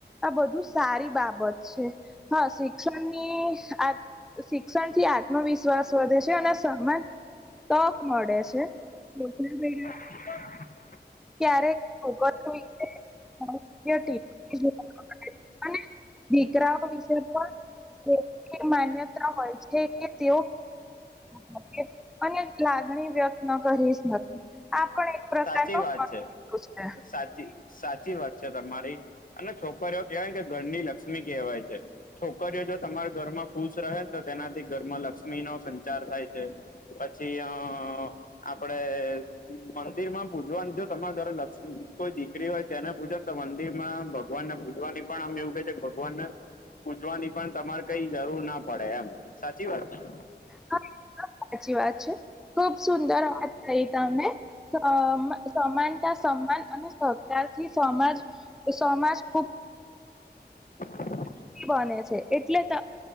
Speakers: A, in the centre; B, on the left (about 50°).
A: આ બધું સારી બાબત છે, હા, શિક્ષણની આ શિક્ષણથી આત્મવિશ્વાસ વધે છે અને સમાન તક મળે છે. તે બધા જઈ રહ્યા.
B: <inaudible>
A: ક્યારેક છોકરીઓ એટલે <inaudible> ટીવી જોવાની અને દીકરાઓ વિશે પણ એવી માન્યતા હોય છે કે તેઓ <inaudible> અને લાગણી વ્યક્ત ન કરીશ નથી, આ પણ એક પ્રકારનો
B: સાચી વાત છે.
A: છે
B: બસ, સાચી સાચી વાત છે તમારી અને છોકરીઓ કેવાય ને કે ઘરની લક્ષ્મી કેવાય છે. છોકરીઓ જો તમારા ઘરમાં ખુશ રહે ને તો તેનાથી ઘરમાં લક્ષ્મીનો સંચાર થાય છે. પછી અ આપડે મન દિરમાં પૂજવાની જો તમારે ઘરે લક્ષ્મી કોઈ દીકરી ઓય તેને પૂજો ને તો મંદિરમાં ભગવાન ને પૂજવાની. પણ આમ એવું કેય છે કે ભગવાન ને પૂજવાની પણ તમારે કઈ જરૂર ના પળે એમ સાચી વાત ને?
A: હા, એકદમ સાચી વાત છે. ખૂબ સુંદર વાત કહી તમે તો મે સમાનતા સમાન અને સહકાર થી સમાજ સમાજ ખૂબ
B: <inaudible>
A: ખી બને છે એટલે ત